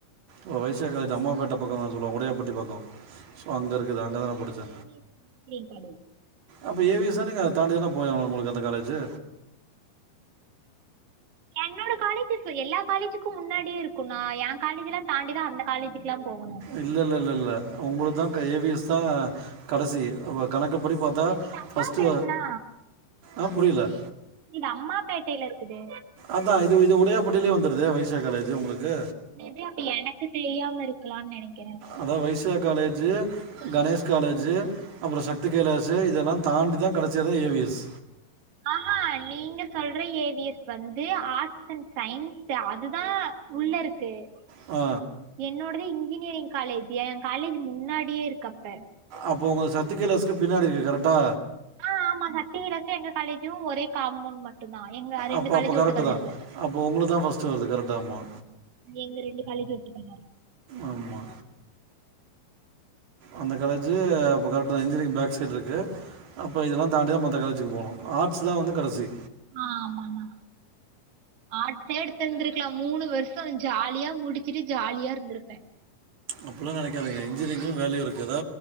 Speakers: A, on the right; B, on the right.
A: ஒரு வைசியா காலேஜ் அம்மாபேட்ட பக்கோ அ சொல்லுவங்க உடையாபட்டி பக்கோ ஸோ அங்க இருக்குது அங்க தா
B: நானு
A: நா படிச்சே
B: ஏவிஎஸ் இன்ஜினியரிங் காலேஜ்
A: அப்போ ஏ வி ஸ் னா நீங்க அத தண்டி தானே போய் ஆகனு உங்களுக்கு அந்த காலேஜூ
B: என்னோட காலேஜ்ஸ் எல்லா காலேஜுக்கு முன்னாடியே இருக்கு நா என் காலேஜ்ல்லா தாண்டிதா அந்த காலேஜுக்குல்லா போகணு
A: இல்லலலல உங்களுது தா ஏ வி எஸ் தா கடைசி உ கணக்குப்படி பாத்தா
B: என்னோட அம்மாபேட்ண்ணா
A: ஃபர்ஸ்ட்டு அ புரில
B: இது அம்மாப்பேட்டைல இருக்குது
A: அதா இது இது உடையாபட்டிலயே வந்துருதே வைசியா காலேஜூ உங்களுக்கு
B: மேபி அப்ப எனக்கு தெரியாம இருக்கலான்னு நெனைக்கறே
A: அதா வைசியா காலேஜூ கணேஷ் காலேஜூ அப்புற சக்தி கைலாஷூ இதெல்லா தாண்டி தா கடச்சியதா ஏ வி எஸ்
B: ஆ ஹ நீங்க சொல்ற ஏ வி எஸ் வந்து ஆர்ட்ஸ் அண்ட் சயின்ஸ் அதுதா உள்ள இருக்கு து
A: ஆ
B: என்னோடது இன்ஜினியரிங் காலேஜ் என் காலேஜ் முன்னாடியே இருக்கு அப்ப
A: அப்போ உங்க சத்தி கைலாஸ்க்கு பின்னாடி இருக்கு கரெட்டா
B: அ ஆமா சத்திவிலாஸும் எங்க காலேஜும் ஒரே காமௌண்ட் மட்டு தான் எங்க ரெண்டு
A: அப்போ
B: காலேஜும்
A: அப்போ கரெக்டு
B: ஓட்டுக்கால
A: தா
B: இருக்கு
A: அப்போ உங்களுக்கு தா ஃபஸ்ட்டு வருது கரெக்டா ஆமா
B: எங்க ரெண்டு காலேஜூ ஒட்டுக்கல
A: ஆமா அந்த காலேஜ் அப்போ கரெக்ட தா இன்ஜினியரிங் பேக் சைடு இருக்கு அப்போ இதல்லாம் தாண்டிதா மத்த காலேஜுக்கு போணும் ஆர்ட்ஸ் தான் வந்து கடசி
B: ஆ ஆமாண்ணா ஆர்ட்ஸே எடுத்து இருந்துக்கலாம் மூணு வருஷம் ஜாலியா முடிச்சுட்டு ஜாலியா இருந்திருப்பேன்
A: அப்டிலா நனைக்காதிங்க இன்ஜினியரிங்கு வேல்யூ இருக்கு தா